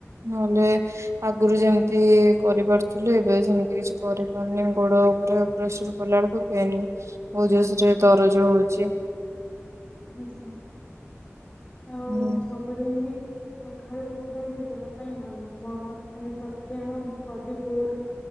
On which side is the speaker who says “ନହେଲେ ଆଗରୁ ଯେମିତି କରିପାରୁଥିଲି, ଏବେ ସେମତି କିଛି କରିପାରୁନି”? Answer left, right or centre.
Right